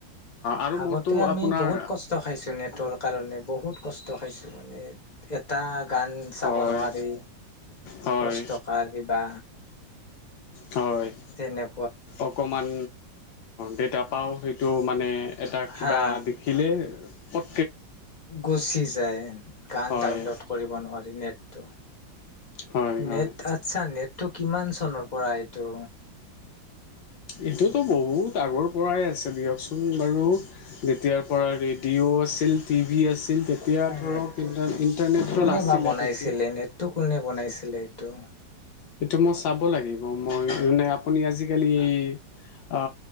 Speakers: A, on the left; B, on the left.
A: আৰু
B: আগতে
A: মোৰতো
B: আমি
A: আপোনাৰ
B: বহুত কষ্ট খাইছো নেটৰ। কাৰণে বহুত কষ্ট খাইছোঁ মানে এটা গান চাব
A: হয়
B: নোৱাৰি
A: হয়
B: দহ টকাৰ কিবা
A: হয়
B: তেনেকা
A: অকমান ডেটা পাওঁ সেইটো মানে এটা কিবা
B: হা
A: দেখিলে পত
B: গুচি যায় গান
A: হয়।
B: ডাউনলোড কৰিব নোৱাৰি নেট টো
A: হয় হয়
B: নেট আচ্ছা নেটটো কিমান চনৰ পৰা তটো
A: এইটোতো বহুত আগৰ পৰাই আছে দিয়কচোন বাৰু যেতিয়াৰ পৰা ৰেডিঅ' আ টি ভি এছ তেতিয়া ধৰক
B: নেটটো
A: ইণ্টাৰ ইণ্টাৰনেটটো
B: কোনে
A: নাছিলে
B: বা বনাইছিলে
A: তেতিয়া
B: নেটটো কোনে বনাইছিলে এইটো
A: সেইটো মই চাব লাগিব মই মানে আপুনি আজিকালি আ